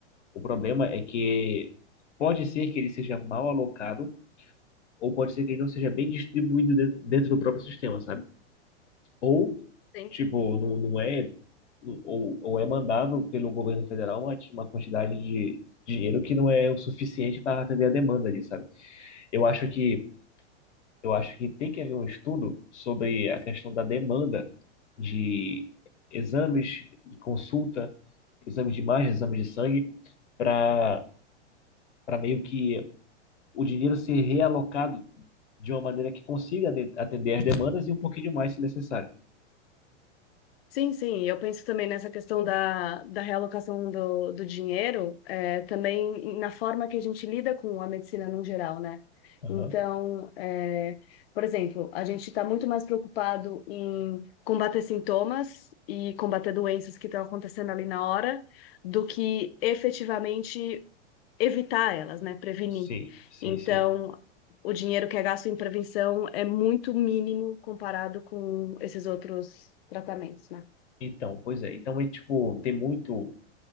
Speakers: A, on the left; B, on the left.
A: O problema é que pode ser que ele seja mal alocado, ou pode ser que ele não seja bem distribuído de- dentro do próprio sistema, sabe? Ou,
B: Tem
A: tipo, não, não é, ou, ou é mandado pelo governo federal uma, uma quantidade de dinheiro que não é o suficiente para atender a demanda ali, sabe? Eu acho que eu acho que tem que haver um estudo sobre a questão da demanda de exames de consulta, exames de imagem, exames de sangue, para para meio que o dinheiro ser realocado de uma maneira que consiga de- atender as demandas e um pouquinho mais se necessário.
B: Sim, sim, eu penso também nessa questão da, da realocação do, do dinheiro, é, também na forma que a gente lida com a medicina no geral, né?
A: Aham.
B: Então, é, por exemplo, a gente está muito mais preocupado em combater sintomas e combater doenças que estão acontecendo ali na hora, do que efetivamente evitar elas, né? Prevenir.
A: Sim, sim,
B: Então,
A: sim.
B: o dinheiro que é gasto em prevenção é muito mínimo comparado com esses outros tratamentos, né?
A: Então, pois é. Então é tipo, tem muito